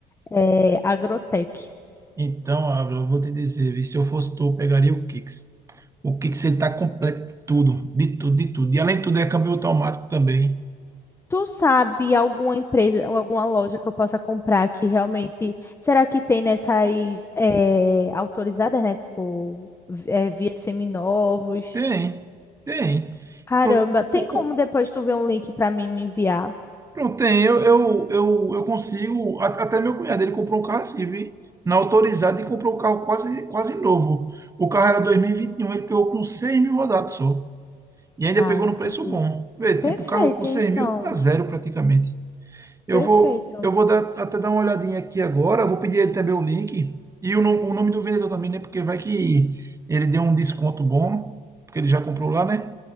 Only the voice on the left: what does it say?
eh, agrotech.
Tu sabe alguma empresa, ou alguma loja que eu possa comprar que realmente. Será que tem nessas eh, autorizadas, né? Tipo, vi- eh, via seminovos?
Caramba,
tem
como depois
tu ver um link pra mim me enviar?
Ah,
entendi.
Perfeito,
então.
Perfeito.